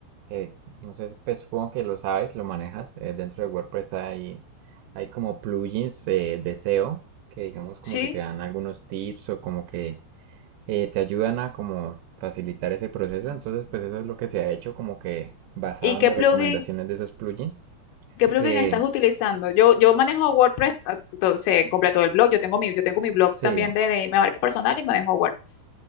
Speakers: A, on the right (about 80°); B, on the left (about 85°).
A: eh, no sé, pues supongo que lo sabes, lo manejas. eh, dentro de WordPress hay, hay como plugins eh, de SEO que digamos como
B: ¿Sí?
A: que te dan algunos tips o como que eh, te ayudan a como facilitar ese proceso. Entonces, pues eso es lo que se ha hecho, como que basado
B: ¿Y qué
A: en las
B: plugin,
A: recomendaciones de esos plugins.
B: qué plugin
A: Eh,
B: estás utilizando? Yo, yo manejo WordPress, ah, entonces completo el blog, yo tengo mi, yo tengo mi blog
A: sí,
B: también de, de mi marca personal y manejo WordPress.